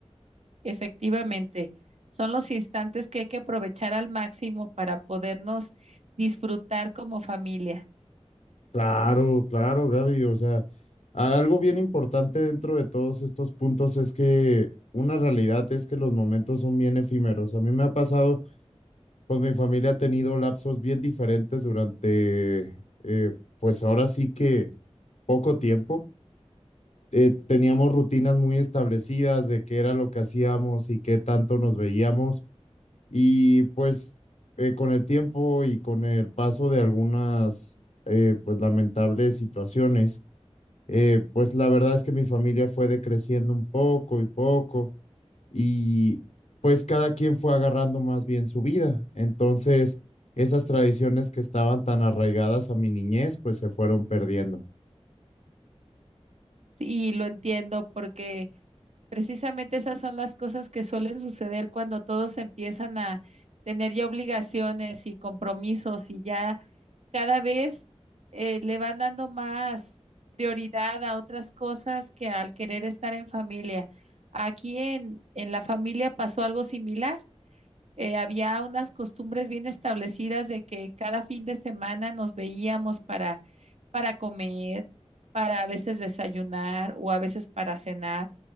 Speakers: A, on the right; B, on the left.
A: Efectivamente, son los instantes que hay que aprovechar al máximo para podernos disfrutar como familia.
B: Claro, claro, Gaby, o sea, algo bien importante dentro de todos estos puntos es que una realidad es que los momentos son bien efímeros. A mí me ha pasado, pues mi familia ha tenido lapsos bien diferentes durante, eh, pues ahora sí que poco tiempo. eh, teníamos rutinas muy establecidas de qué era lo que hacíamos y qué tanto nos veíamos. Y pues eh, con el tiempo y con el paso de algunas eh, pues lamentables situaciones, eh, pues la verdad es que mi familia fue decreciendo un poco y poco y pues cada quien fue agarrando más bien su vida. Entonces, esas tradiciones que estaban tan arraigadas a mi niñez, pues se fueron perdiendo.
A: Y lo entiendo porque precisamente esas son las cosas que suelen suceder cuando todos empiezan a tener ya obligaciones y compromisos y ya cada vez eh, le van dando más prioridad a otras cosas que al querer estar en familia. Aquí en, en la familia pasó algo similar. eh, había unas costumbres bien establecidas de que cada fin de semana nos veíamos para, para comer, para a veces desayunar o a veces para cenar,